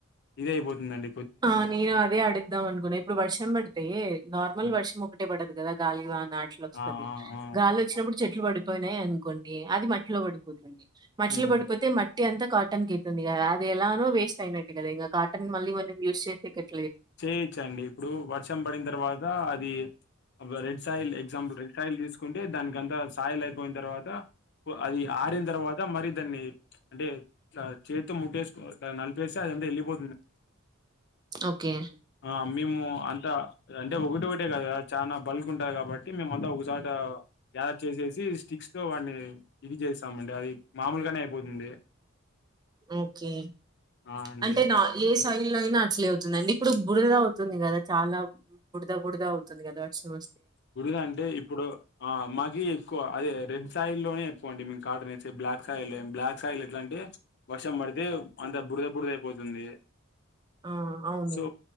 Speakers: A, on the left; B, on the right.
A: ఇదే అయితు అండి
B: ఆ నేను అదే అడుగుదాం అనుకున్నా ఇప్పుడు వర్షం పడితే నార్మల్
A: హ్మ్.
B: వర్షం ఒకటే పడు కదా గాళి వాన్ నాచులో వస్తది
A: ఆ ఆ ఆ
B: గాలి వచ్చినప్పుడు చెట్లు పడిపోయినాయి అనుకోండి అది మట్టిలో పడిపోతుంది మట్లు
A: హ్మ్.
B: పడిపోతే మట్ పటి అంతా కాటన్ కి అయిత్తుంది కదా అది ఎలానో వేస్ట్ అయినట్ గదే కాటన్ మళ్ళి విసి టికెట్
A: చేయచ్చండి ఇప్పుడు వర్షం పడిన తర్వాత్ తా అది అ రెడ్ చైల్ ఎక్సంపుల్ రైల్ తీసుకుంటే అ దానికి అంత సాయిల్ అయిపోయిన తర్వాత అది ఆరిన తర్వాత మరి దాన్ని అంటే చేత్తో ముట్టేస్క్ నలిపేసి అదింతా వెళ్ళిపో
B: ఓకే
A: ఆ మేము అంతా అంటే ఒకటి ఒకటే కదా చాలా బల్క్ ఉంటది కాబట్టి మేమంతా ఒక ఒకసట గ్యాదర్ చేసేసి స్టిక్స్ తో వాడిని ఇది చేసాం అది మామూలుగానే అయిపోతుంది
B: ఓకే
A: ఆ అండి
B: అంటే నాస్ స్టైల్ అయినా అట్లే అవుతుందిండి ఇప్పుడు బుడద అవుతుంది కదా చాలా బుడద బుడిద అవుతుంది కదా వర్ష వ
A: గుడిగా అంటే ఇప్పుడు ఆ మాకి ఎ అదే రెడ్ సైల్ లోనే ఎక్కువండి మీ కాటన్ వే బ్లాక్ సైల్ బ్లాక్ సైల్ ఎలాంటే వర్షం పడితే అంత బురద బుద పోతుంది
B: ఆ! అవును.
A: సో